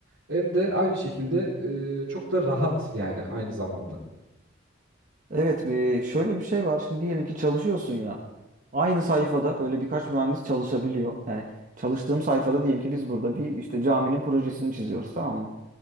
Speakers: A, on the right; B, on the right.
A: hem de aynı şekilde e, çok da rahat yani aynı zamanda.
B: Evet, bir şöyle bir şey var. Şimdi diyelim ki çalışıyorsun ya. Aynı sayfada böyle birkaç mühendis çalışabiliyor. Yani çalıştığım sayfada diyelim ki biz burada bir işte caminin projesini çiziyoruz, tamam mı?